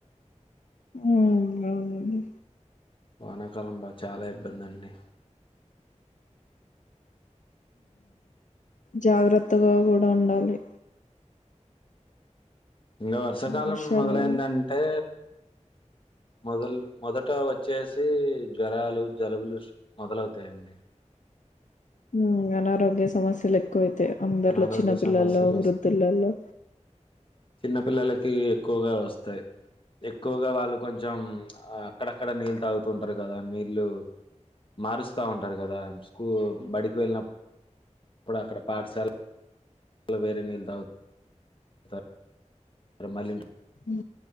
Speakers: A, on the left; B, on the left.
A: హు అవునండి
B: వానాకాలం బా చాలా ఇబ్బంది అండి
A: జాగ్రత్తగా కూడా ఉండాలి
B: ఇంకా వర్షాకాలం
A: వర్షాలు
B: మొదలైందంటే మొదలు మొదట వచ్చేసి జ్వరాలు జలుబులు మొదలవుతాయండి
A: హ అనారోగ్య సమస్యలు ఎక్కువైతే అందరిలో
B: అనారోగ్య
A: చిన్నపిల్లల్లో
B: సమస్యలు
A: వృద్ధులలో
B: చిన్న పిల్లలకి ఎక్కువగా వస్తాయి ఎక్కువగా వాళ్ళు కొంచెం అక్కడ అక్కడ నీళ్లు తాగుతూంటారు కదా నీళ్ళు మారుస్త ఉంటారు కదా స్కూ బడికి వెళ్ళినప్పుడు అప్పుడు అక్కడ పాఠశాల వేరే నీళ్ళు తాగుతారు మరి ఇంటికి
A: హ